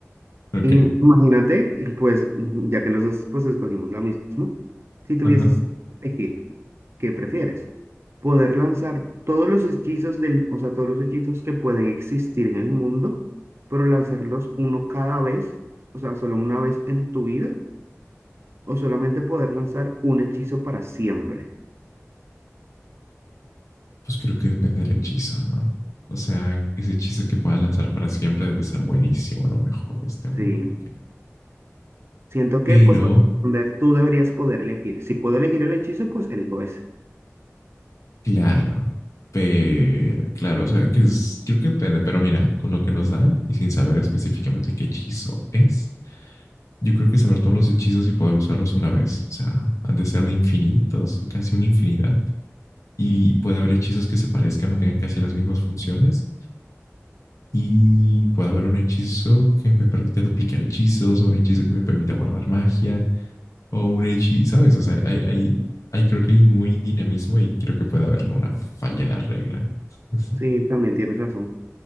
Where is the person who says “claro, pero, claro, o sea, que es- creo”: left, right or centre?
Left